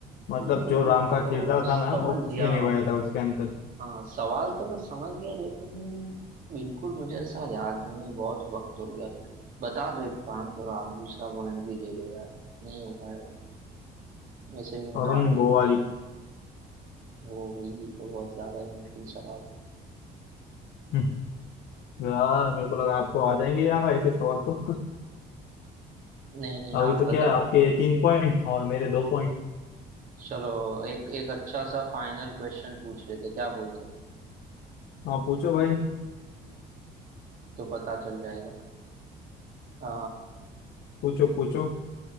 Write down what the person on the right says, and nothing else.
नहीं वो
तो
समझ
गया
हाँ सवाल तो मैं समझ गया लेकिन बिल्कुल मुझे ऐसा याद नहीं है बहुत वक्त हो गया बता दो एक काम करो आप दूसरा पॉइंट भी ले लो यार नहीं हो पाएगा वैसे भी मैं तो
आ गई
हूँ वो वही तो बहुत ज्यादा ही मुश्किल सवाल था
नहीं
नहीं
आप
बताओ
चलो एक एक अच्छा सा फाइनल क्वेश्चन पूछ लेते क्या बोलते हो
तो पता चल जाएगा आ,